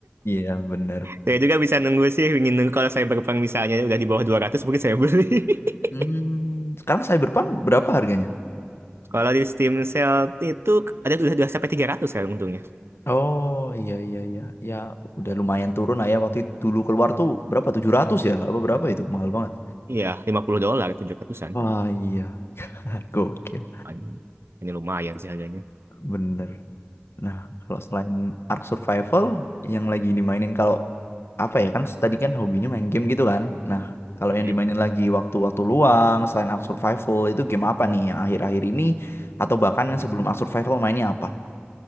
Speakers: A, on the left; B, on the right.
A: Iya, bener.
B: Saya juga bisa nunggu sih, ingin nunggu kalau saya berperang misalnya udah di bawah 200 mungkin saya beli. <laughs>
A: Hmm, sekarang Cyberpunk berapa harganya?
B: Kalau di Steam Sale itu ada udah, udah sampai 300 sekarang untungnya.
A: Oh iya iya iya ya udah lumayan turun lah ya waktu itu dulu keluar tuh berapa 700 ya apa berapa itu mahal banget
B: Iya, 50 dolar tujuh ratusan.
A: Wah iya <laughs> gokil
B: Anjing, Ini lumayan sih harganya.
A: bener nah kalau selain Ark Survival yang lagi dimainin kalau apa ya kan tadi kan hobinya main game gitu kan nah kalau
B: Mm-mm.
A: yang dimainin lagi waktu-waktu luang selain Ark Survival itu game apa nih yang akhir-akhir ini atau bahkan yang
B: Mm.
A: sebelum Ark Survival mainnya apa